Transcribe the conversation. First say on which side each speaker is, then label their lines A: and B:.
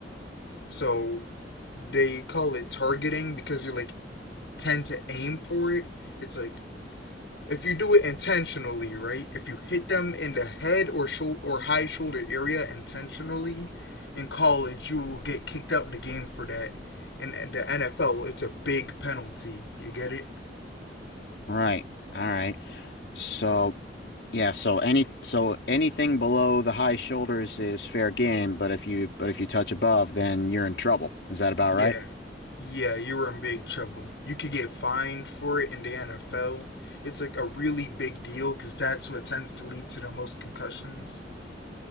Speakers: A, on the left (about 85°); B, on the left (about 65°).
A: So they call it targeting because you're like tend to aim for it. It's like if you do it intentionally, right? If you hit them in the head or shoulder or high shoulder area intentionally in college, you will get kicked out the game for that. And the NFL, it's a big penalty. You get it?
B: Right. All right. So yeah, so any so anything below the high shoulders is fair game, but if you but if you touch above, then you're in trouble. Is that about
A: Yeah.
B: right?
A: Yeah, you're in big trouble. You could get fined for it in the NFL. It's like a really big deal because that's what tends to lead to the most concussions.